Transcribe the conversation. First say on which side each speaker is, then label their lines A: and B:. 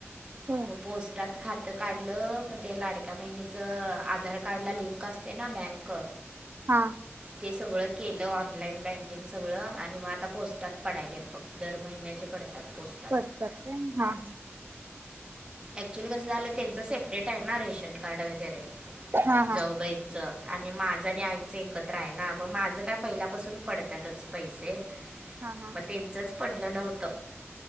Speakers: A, on the right; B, on the right.
A: होय.
B: मग पोस्टात खातं काढ मग त्या लाडक्या महिनच आधार कार्ड ला लिंक असते ना बँक
A: हा.
B: ते सगळ केलं ऑनलाईन बँकिंग सगळं आणि मग आता पोस्टात पडाय बघर. महिन्याचे पडतात पोसत
A: पर कर हा ह.
B: ऍक्च्युली कसं झालं त्यांचं सेपरेट आहे ना रेशन कार्ड वगैरे
A: हा हा
B: जाऊबाई आणि माझं आणि आईंचं एकत्र आहे ना मग माझं काय पहिल्यापासून पडतातच पैसे
A: हा हा.
B: मग त्यांचंच पडलं नव्हतं.